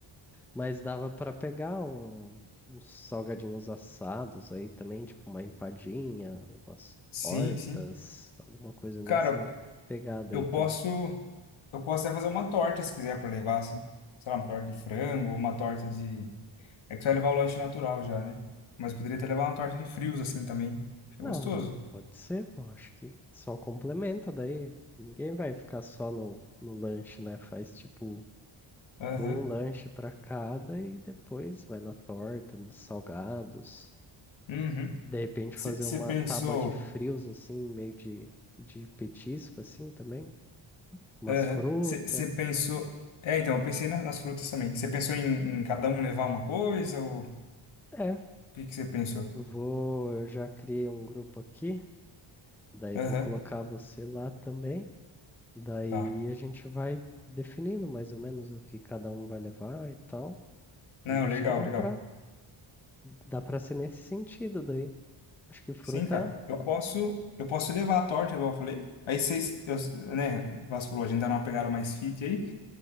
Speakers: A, in the centre; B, on the left.
A: mas dava pra pegar um- uns salgadinhos assados aí também, tipo uma empadinha, umas
B: Sim,
A: tortas,
B: sim.
A: alguma coisa nessa
B: Cara,
A: pegada
B: eu
A: aí também.
B: posso. Eu posso até fazer uma torta se quiser pra levar, assim. Sei lá, uma torta de frango ou uma torta de. É que você vai levar o lanche natural já, né? Mas poderia até levar uma torta de frios, assim também. Fica
A: Não
B: gostoso.
A: dá, pode ser, pô, acho que só complementa daí. Ninguém vai ficar só no, no lanche, né? Faz tipo
B: Aham.
A: um lanche pra cada e depois vai na torta, nos salgados.
B: Uhum.
A: De repente
B: Você
A: fazer uma
B: pensou.
A: tábua de frios, assim, meio de, de petisco, assim, também. Umas
B: Aham.
A: frutas.
B: Você pensou. É, então, eu pensei na- nas frutas também. Você pensou em, em cada um levar uma coisa ou o
A: É,
B: que que você pensou?
A: vou... Eu já criei um grupo aqui. Daí
B: Aham,
A: vou colocar você lá também. Daí
B: tá.
A: a gente vai definindo mais ou menos o que cada um vai levar e tal.
B: Não,
A: Mas acho
B: legal,
A: que dá
B: legal.
A: pra, dá pra ser nesse sentido daí. Acho que fruta,
B: Sim, cara. Eu posso, eu posso levar a torta, igual eu falei. Aí vocês, eu- né, você falou, a gente dá uma pegada mais fit aí.